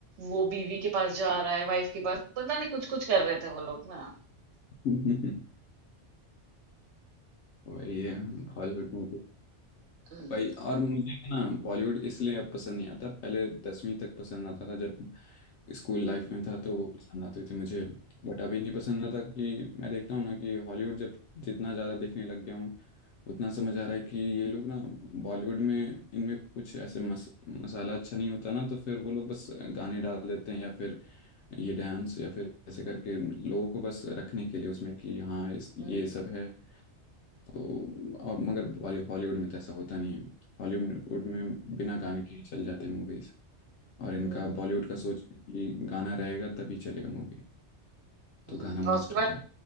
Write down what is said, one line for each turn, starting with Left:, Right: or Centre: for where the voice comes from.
Right: वो बीवी के पास जा रहा है वाइफ के पास पता नहीं कुछ कुछ कर रहे थे वो लोग ना
Left: <laughs> हाँ, वही है हॉलीवुड मूवी
Right: हम्म
Left: भाई और मुझे ना बॉलीवुड इसलिए अब पसंद नहीं आता पहले दसवीं तक पसंद आता था जब स्कूल
Right: हम्म
Left: लाइफ में था तो वो पसंद आती थी मुझे बट अभी नहीं पसंद आता कि मैं देखता हूँ ना कि हॉलीवुड जब जितना ज़्यादा देखने लग गया हूँ उतना समझ आ रहा है कि ये लोग ना बॉलीवुड में इनमें कुछ ऐसे मस, मसाला अच्छा नहीं होता ना तो फिर वो लोग बस गाने डाल देते हैं या फिर ये डांस या फिर ऐसे करके लोगों को बस रखने के लिए उसमें कि हाँ इस ये
Right: हम्म
Left: सब है तो और मगर बॉली हॉलीवुड में तो ऐसा होता नहीं है हॉलीवुड
Right: हम्म
Left: में बिना गाने के ही चल जाते हैं मूवीज और इनका
Right: हम्म,
Left: बॉलीवुड का सोच है कि गाना रहेगा तभी चलेगा मूवी
Right: हम्म।
Left: तो गाना
Right: और
Left: मस्ट
Right: उसके बाद
Left: होता है